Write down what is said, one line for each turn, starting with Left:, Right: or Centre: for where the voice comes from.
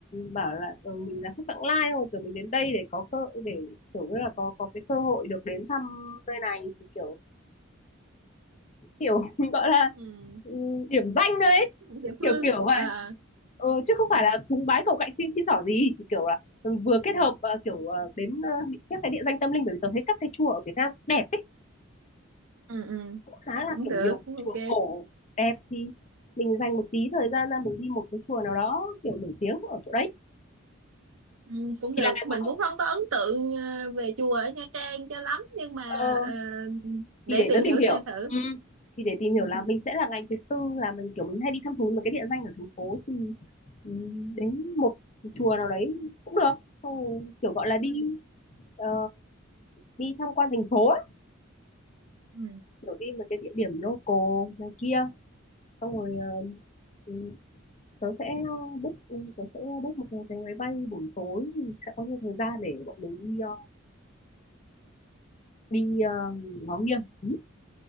Left: bảo là ừ, mình là khách vãng lai không kiểu mình đến đây để có cơ để kiểu như là có có cái cơ hội được đến thăm nơi này thì kiểu kiểu <laughs> gọi là
Right: ừ
Left: ừ, điểm danh đấy
Right: địa phương
Left: kiểu kiểu vậy
Right: à,
Left: ừ, chứ không phải
Right: à,
Left: là cúng bái cầu cạnh xin xin xỏ gì chỉ kiểu là vừa kết
Right: à.
Left: hợp ờ, kiểu ờ, đến ờ, các cái địa danh tâm linh bởi vì tôi thấy các cái chùa ở Việt Nam cũng đẹp ấy
Right: ừ ừ
Left: cũng khá là
Right: cũng
Left: kiểu
Right: được
Left: nhiều
Right: cũng
Left: chùa
Right: ok
Left: cổ đẹp thì mình dành một tí thời gian ra mình đi một cái chùa nào đó kiểu nổi tiếng ở chỗ đấy
Right: ừ, cũng
Left: chỉ
Right: được
Left: là ngày
Right: mình
Left: cuối cùng
Right: cũng không có ấn tượng ờ, về chùa ở Nha Trang cho lắm nhưng mà
Left: ờ,
Right: ờ, để
Left: chỉ để
Right: tìm
Left: nó tìm
Right: hiểu
Left: hiểu
Right: xem thử
Left: ừ. chỉ để tìm hiểu
Right: ừ
Left: là mình sẽ là ngày thứ tư là mình kiểu mình hay đi thăm thú một cái địa danh ở thành phố thì ừ, đến một chùa nào đấy cũng được Xong rồi kiểu gọi là đi
Right: ừ.
Left: ờ, đi tham quan thành phố á
Right: ừ.
Left: kiểu đi một cái địa điểm local này kia xong rồi ờ, ừ, tớ sẽ book ừ, tớ sẽ book một cái vé máy bay buổi tối thì sẽ có nhiều thời gian để bọn mình đi ờ, đi ờ, ngó nghiêng Ý,